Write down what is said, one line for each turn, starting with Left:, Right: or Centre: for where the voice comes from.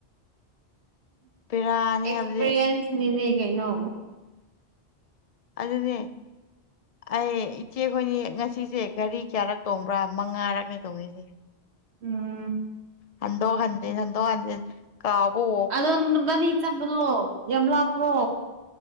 Left: ꯕꯦꯔꯥꯅꯤ
Right: ꯑꯦꯛꯁꯄꯤꯔꯤꯌꯦꯟꯁꯅꯤꯅꯦ
Left: ꯍꯥꯏꯕꯗꯤ
Right: ꯀꯩꯅꯣ
Left: ꯑꯗꯨꯅꯦ ꯑꯩ ꯏꯆꯦꯈꯣꯏꯅꯤ ꯉꯁꯤꯁꯦ ꯘꯔꯤ ꯀꯌꯥꯔꯛ ꯇꯣꯡꯕ꯭ꯔꯥ ꯃꯉꯥꯔꯛꯅꯦ ꯇꯣꯡꯉꯁꯦ
Right: ꯎꯝ
Left: ꯍꯟꯗꯣ ꯍꯟꯖꯤ ꯍꯟꯗꯣ ꯍꯟꯖꯤ ꯀꯥꯕꯣ
Right: ꯑꯗꯣ ꯕꯅꯤ ꯆꯠꯄꯗꯣ ꯌꯂꯥꯞꯄ꯭ꯔꯣ